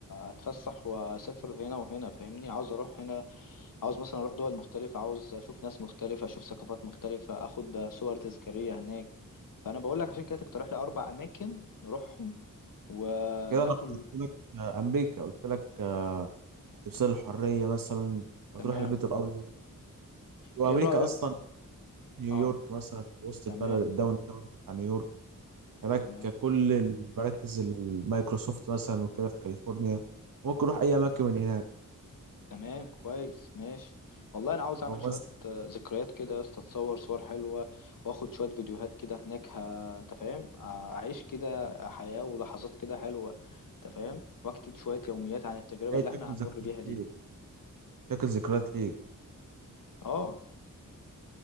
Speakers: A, on the left; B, on the right.
A: اتفسح واسافر هنا وهنا فاهمني عاوز اروح هنا عاوز مثلا اروح دول مختلفة عاوز اشوف ناس مختلفة اشوف ثقافات مختلفة اخد صور تذكارية هناك فانا بقول لك عشان كده تقترح لي اربع اماكن نروحهم وناكل
B: كده انا قلت لك آه، امريكا قلت لك آه، تمثال الحريه مثلا هتروح
A: تمام
B: البيت الابيض وامريكا
A: ايه رأيك
B: اصلا نيويورك
A: اه
B: مثلا وسط
A: تمام
B: البلد الداون تاون بتاع نيويورك هناك
A: تمام
B: كل المراكز المايكروسوفت مثلا وكده في كاليفورنيا ممكن اروح اي اماكن من هناك
A: تمام كويس ماشي والله انا عاوز اعمل
B: او
A: شوية
B: مثلا
A: آه، ذكريات كده يا اسطى اتصور صور حلوة واخد شوية فيديوهات كده هناك ه... انت فاهم آه، اعيش كده حياة ولحظات كده حلوة انت فاهم واكتب شوية يوميات عن التجربة
B: اي
A: اللي احنا
B: شكل
A: هنمر
B: ذكريات
A: بيها دي
B: ليك شكل ذكريات ليك
A: اه